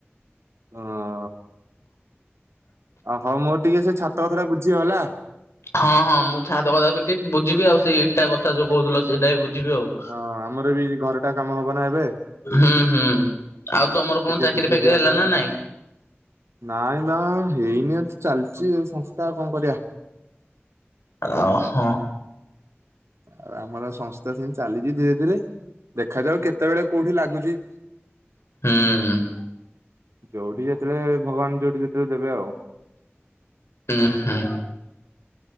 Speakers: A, on the right (about 85°); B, on the left (about 75°).
A: ହଁ। ଓ ହୋଉ ମୋର ଟିକେ ସେ ଛାତ କଥଟା ବୁଝିବ ହେଲା।
B: ହଁ ହଁ ମୁଁ ଛାତ କଥା ପି ଟିକେ ବୁଝିବି ଆଉ ସେଇ ଇଟା କଥା ଯୋଉ କହୁଥିଲ ସେଇଟା ବି ବୁଝିବି ଆଉ।
A: ହଁ ଆମର ବି ଘରଟା କାମ ହବ ନା ଏବେ।
B: ହୁଁ ହୁଁ। ଆଉ ତମର କଣ
A: ଟିକେ
B: ଚାକିରି
A: ବୁଝି
B: ଫାକିରି
A: ଦିଅନ୍ତ
B: ହେଲା ନା
A: ଯଦି
B: ନାଇଁ?
A: ନାଇଁ ବା ହେଇନି। ଏମିତି ଚାଲିଛି ସଂସ୍ଥା କଣ କରିବା।
B: ଓହୋ।
A: ଆଉ ଆମର ସଂସ୍ଥା ସେମିତି ଚାଲିଛି ଧୀରେ ଧୀରେ। ଦେଖାଯାଉ କେତେବେଳେ କୋଉଠି ଲାଗୁଛି।
B: ହୁଁ।
A: ଯୋଉଠି ଯେତେବେଳେ ଭଗବାନ ଯୋଉଠି ଯେତେବେଳେ ଦେବେ ଆଉ।
B: ଉହୁଁ ହୁଁ।